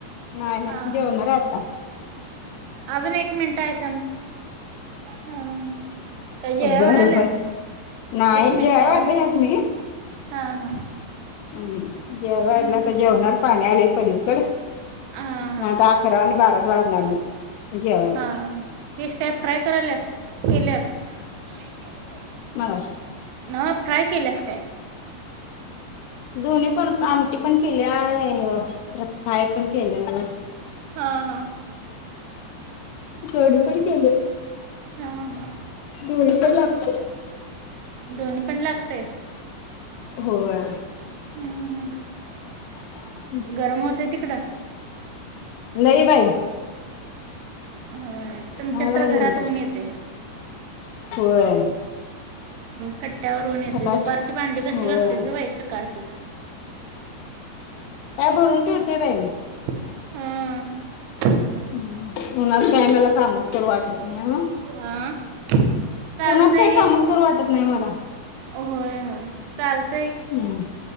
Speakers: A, on the left; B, on the right.
A: नाही नाही
B: हां
A: जेवणार
B: हां
A: आता.
B: अजून एक मिनटं आहे थांब. हां. काय जेवाय
A: बर
B: वाढायलास
A: बर. नाही
B: एक
A: जेवायला
B: मिनटं आहे
A: वाढल
B: गं.
A: ह्यसनी.
B: हां! हां!
A: हम्! जेवायला वाढल
B: हम्म,
A: असं जेवणार पाणी आलयं पलीकड.
B: हां
A: नाही आता अकरा आणि बाराच वाजणार मग. जेवायला
B: हा फिश काय फ्राय करायल्यास केल्यास? नाही केलो बई. <unintelligible>
A: मगाशी
B: नव्ह फ्राय केल्यास काय?
A: दोन्ही पण आमटी पण केल्याय प्र फ्राय पण केलेल.
B: ह ह.
A: कढी पण केलोय
B: हां हां
A: दोन्ही पण लागते. <unintelligible>
B: दोन्ही पण लागतय?
A: होय.
B: हम्म.
A: <inaudible>
B: गरम होतय तिकडं?
A: लय बाई.
B: हो तुमच्या
A: व्हाय लागले
B: तर घरात
A: ना
B: ऊन येते.
A: होय.
B: कट्यावर ऊन येतंय
A: सकाळच
B: त दुपरची, भांडी कशी
A: होय
B: घासतेस बाई सकाळची.
A: काय भरून ठेवतेय बाई मी.
B: ह.
A: अ <unintelligible> हम्म. उन्हाच काय मला कामच करू वाटत नाही.
B: हां चालतंय
A: उन्हात काही
B: गे
A: कामच करू वाटत नाही मला.
B: होय होय चालत.
A: हम्म.